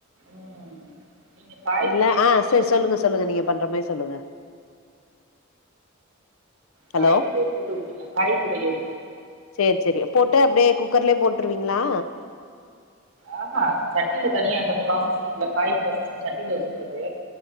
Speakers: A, on the right; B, on the left.
A: ம் நீங்க காய்
B: இல்ல
A: கூடயே
B: ஆ
A: போடுங்க
B: செர் சொல்லுங்க சொல்லுங்க நீங்க பண்ற மாரி சொல்லுங்க ஹலோ
A: காய்குடே போட்டு வுட்டுர்ங்க காய்குடயே
B: செர் செரி போட்டு அப்டியே குக்கர்லேயே போட்டுருவீங்களா
A: ஆஹ்ஹான் சட்டியில தனியா அந்த ப்ராசஸ் இருக்குல்ல காய் ப்ராசஸு சட்டியில வச்சுகிறது